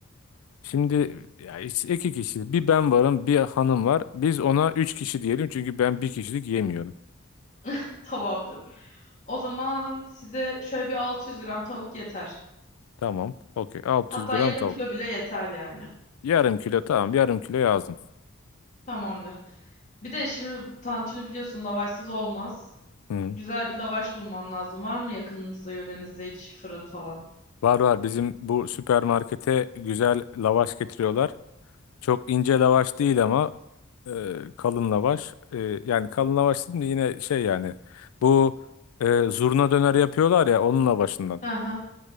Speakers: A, on the left (about 85°); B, on the left (about 35°).
A: Şimdi ya, işte iki kişiyiz. Bir ben varım, bir hanım var. Biz ona üç kişi diyelim çünkü ben bir kişilik yemiyorum.
B: <laughs> Tamamdır. O zaman size şöyle bir 600 gram tavuk yeter.
A: Tamam. Okey. 600
B: Hatta
A: gram
B: yarım
A: tavuk.
B: kilo bile yeter yani.
A: Yarım kilo tamam. Yarım kilo yazdım.
B: Tamamdır. Bir de şimdi tantuni biliyorsun lavaşsız olmaz.
A: Hı.
B: Güzel bir lavaş bulman lazım. Var mı yakınınızda, yörenizde hiç fırın falan?
A: Var var bizim bu süpermarkete güzel lavaş getiriyorlar. Çok ince lavaş değil ama e, kalın lavaş. E, yani kalın lavaş değil de yine şey yani bu e, zurna döner yapıyorlar ya onun lavaşından.
B: Hı hı.